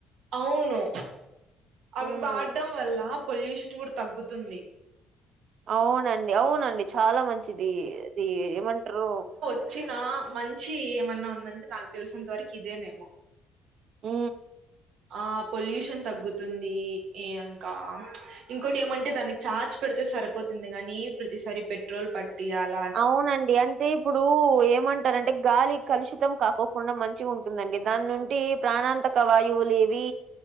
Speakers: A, on the right; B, on the right.
A: అవును అవి
B: హ్మ్
A: వాడ్డం వల్ల పొల్యూషన్ కూడా తగ్గుతుంది.
B: అవునండి అవునండి చాలా మంచిది ది ఏమంటరు.
A: చ్చిన మంచి ఏమన్నా ఉందంటే నాకు తెలిసినంత వరకి ఇదేనేమో.
B: ఊ.
A: ఆ పొల్యూషన్ తగ్గుతుంది ఎ ఇంకా. ఇంకోటి ఏమంటే దానికి ఛార్జ్ పెడితే సరిపోతుంది గాని ప్రతిసారి పెట్రోల్ పట్టియాల్.
B: అవునండి అంటే ఇప్పుడు ఏమంటారంటే గాలి కలుషితం కాకో. కుండా మంచిగా ఉంటుందండి దాని నుండి ప్రాణాంతక వాయువులేవి